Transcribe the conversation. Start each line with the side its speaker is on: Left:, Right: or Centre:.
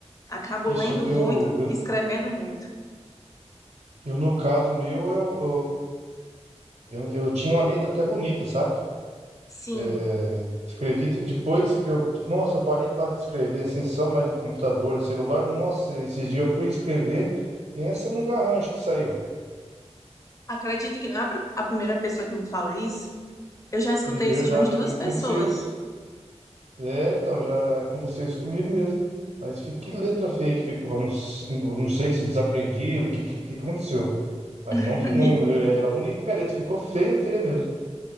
Left: Acabo
Right: Ixi,
Left: lendo
Right: eu, eu,
Left: muito
Right: eu,
Left: e escrevendo muito.
Right: eu, no caso meu, eu, eu, eu, eu tinha uma letra até bonita, sabe?
Left: Sim,
Right: É, escrevi, te- depois eu, nossa, eu parei quase de escrever assim, só mais no computador, celular. Nossa, esse dia eu fui escrever, pensa num garrancho que saiu.
Left: acredito que não é a pr- a primeira pessoa que me fala isso. Eu já escutei
Right: De verdade,
Left: isso de umas duas
Right: comigo
Left: pessoas.
Right: aconteceu isso. É, então, já aconteceu isso comigo mesmo. Mas fi- que letra feia que ficou. eu Não, s- não não sei se desaprendi, o que, que, que aconteceu. Mas
Left: <laughs>
Right: não, fi- não,
Left: E
Right: eu- era bonita e minha letra, ficou feia, feia mesmo.